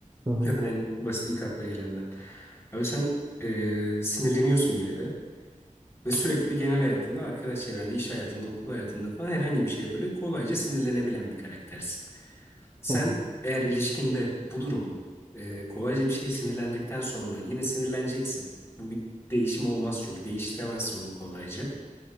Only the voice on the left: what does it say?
Zaten en basit ilk akla gelenden. Abi sen e, sinirleniyorsun yine de. Ve sürekli de genel hayatında, arkadaş çevrende, iş hayatında, okul hayatında falan herhangi bir şeye böyle kolayca sinirlenebilen bir karaktersin. Sen
eğer ilişkinde bu durumu e, kolayca bir şeye sinirlendikten sonra yine sinirleneceksin. Bu bir değişim olmaz çünkü değiştiremezsin bunu kolayca.